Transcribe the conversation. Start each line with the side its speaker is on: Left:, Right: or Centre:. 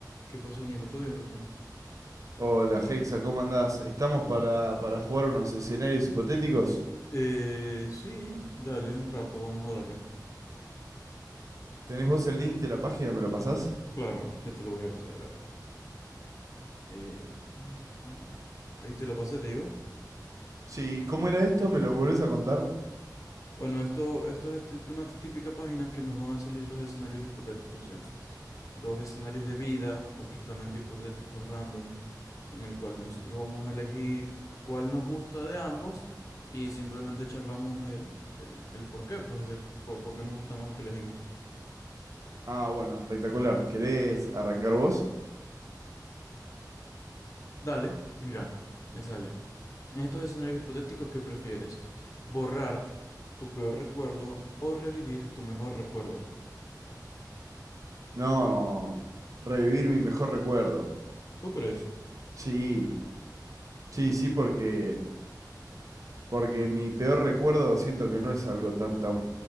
Left: ¿Qué pasó, Nico? ¿Todo bien, papi?
Right: Hola, Hexa, ¿cómo andás? Estamos para, para jugar unos escenarios hipotéticos.
Left: Eh, sí, dale, un rato, vamos a darle.
Right: ¿Tenés vos el link de la página? ¿Me lo pasás?
Left: Claro, ya te lo voy a pasar, ya va. Eh, pam, pam. Ahí te lo pasé, te digo.
Right: Sí, ¿cómo era esto? ¿Me lo volvés a contar?
Left: Bueno, esto, esto es este- una típica página que nos van a salir dos escenarios hipotéticos, o sea, dos escenarios de vida <laughs> completamente hipotéticos, random, en el cual nosotros vamos a elegir cuál nos gusta de ambos y simplemente charlamos el, el, el por qué, pues, de cu- por qué nos gusta más el que elegimos.
Right: Ah, bueno, espectacular. ¿Querés arrancar vos?
Left: Dale, mira, me sale. En estos escenarios hipotéticos, ¿qué prefieres? ¿Borrar tu peor recuerdo o revivir tu mejor recuerdo?
Right: No, revivir mi mejor recuerdo.
Left: ¿Tú crees?
Right: Sí, sí, sí, porque, porque mi peor recuerdo siento
Left: Mm,
Right: que no es algo tan, tan,